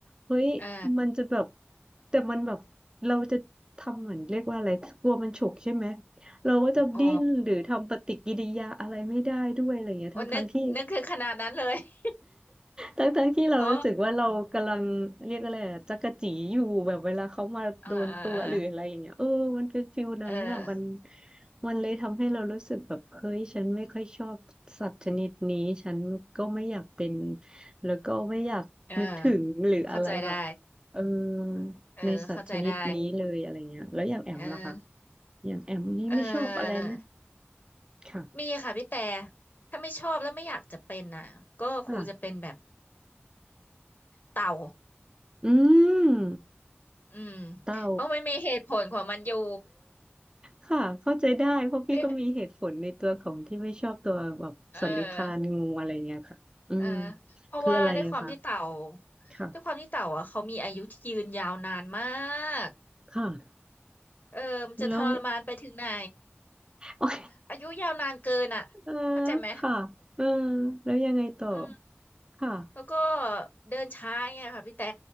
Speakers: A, on the right; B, on the left.
A: เฮ้ย
B: เออ
A: มันจะแบบ แต่มันแบบ เราจะทำเหมือนเรียกว่าอะไร กลัวมันฉกใช่ไหม เราก็จะดิ้นหรือทำปฏิกิริยาอะไรไม่ได้ด้วยอะไรอย่างเงี้ยทั้งทั้งที่
B: อ๋อโอ้นึกนึกถึงขนาดนั้นเลย <laughs>
A: ทั้งทั้งที่เรารู้สึกว่าเรากำลังเรียกอะไรอะจักจีอยู่แบบเวลาเขามาโดนตัวหรืออะไรอย่างเงี้ยเออมันเป็นฟิลนั้นน่ะมัน
B: โอ้เออ เออ เออเออ
A: มันเลยทำให้เรารู้สึกแบบเฮ้ยฉันไม่ค่อยชอบสัตว์ชนิดนี้ฉันก็ไม่อยากเป็นแล้วก็ไม่อยากนึกถึงหรืออะไรแบบ
B: เออเข้าใจได้
A: เออ
B: เออ
A: ในสัตว์ชนิดนี้เลยอะไรเงี้ยแล้วอย่างแอมล่ะคะ
B: เข้าใจได้ เออ
A: อย่างแอมนี่ไม่ชอบอะไรไหม
B: เอ่อ
A: ค่ะ
B: มีค่ะพี่แต่ถ้าไม่ชอบแล้วไม่อยากจะเป็นน่ะก็คงจะเป็นแบบ
A: ค่ะ
B: เต่า
A: อืม
B: อืม
A: เต่า
B: เพราะมันมีเหตุผลของมันอยู่
A: ค่ะเข้าใจได้เพราะพี่ก็มีเหตุผลในตัวของที่ไม่ชอบตัวแบบสันนิคานงูอะไรเงี้ยค่ะอืม
B: ด้วยเออเออเพราะว่าด้วยความที่เต่า
A: คืออะไรอะคะค่ะ
B: ด้วยความที่เต่าอ่ะเขามีอายุที่ยืนยาวนานมาก
A: ค่ะ
B: เออมันจะทรมานไปถึงไหน
A: แล้วโอย
B: อายุยาวนานเกินอ่ะเข้าใจไหม
A: เออค่ะเออแล้วยังไงต่อ
B: อืม
A: ค่ะ
B: แล้วก็เดินช้าเงี้ยค่ะพี่แต่